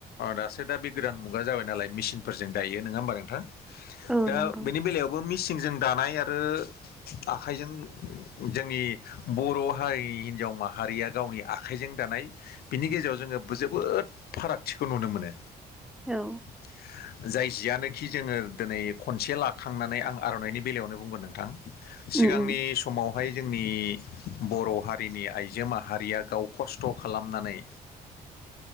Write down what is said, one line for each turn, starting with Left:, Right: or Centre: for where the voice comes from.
Left: दासो दा बे गोदान मुगा जाबाय नालाय मेसिनफोरजों दायो नंङा होमबा नोंथां
Centre: औ
Left: दा
Centre: नंगौ
Left: बेनि बेलायाव द आखजों जोंनि बर हिनजाव माहारिया गावनि आखाइजों दानाय बिनि गेजेराव जोंङो जोबोद फारागथिखौ नुनो मोनो
Centre: औ
Left: <inaudible> जाय जियानोखि जोंङो दिनै खनसे लाखांनानै आं आर'नाइनि बेलायावनो बुंगोन नोंथां
Centre: उम
Left: सिगांनि समावहाय जोंनि बर' हारिनि आइजो माहारिया गाव खस्थ' खालामनानै